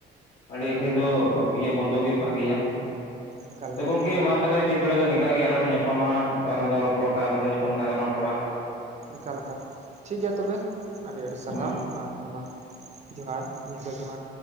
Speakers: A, on the left; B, on the right.
A: ᱦᱟᱺᱰᱤ ᱟᱹᱠᱷᱨᱤᱧ ᱫᱚ ᱵᱚ ᱤᱭᱟᱹ ᱵᱚᱱᱫᱚ ᱜᱮ ᱵᱷᱟᱜᱮᱭᱟ᱾
B: ᱮᱠᱟᱞ
A: ᱛᱚ
B: ᱮᱠᱟᱞ
A: ᱜᱚᱝᱠᱮ ᱢᱟ ᱛᱟᱦᱚᱞᱮ ᱱᱤᱛ ᱵᱮᱲᱟ ᱫᱚ ᱱᱮᱝᱠᱟ ᱜᱮ᱾ ᱟᱨᱚ ᱧᱟᱯᱟᱢᱟ ᱦᱟᱸᱜ ᱟᱨᱚ ᱫᱷᱟᱣ ᱨᱚᱯᱚᱲ ᱠᱷᱟᱡ ᱟᱨᱚ ᱧᱟᱯᱟᱢ ᱠᱷᱟᱡ ᱫᱚ ᱨᱚᱯᱚᱲᱟ ᱦᱟᱸᱜ᱾
B: ᱮᱠᱟᱞ ᱮᱠᱟᱞ᱾ ᱴᱷᱤᱠ ᱜᱮᱭᱟ ᱛᱚᱵᱮ ᱟᱹᱰᱤᱼᱟᱹᱰᱤ ᱥᱟᱨᱦᱟᱣ
A: ᱦᱩᱸ
B: ᱟᱨ ᱟᱭᱢᱟ ᱡᱚᱦᱟᱨ ᱧᱤᱫᱟᱹ ᱡᱚᱦᱟᱨ᱾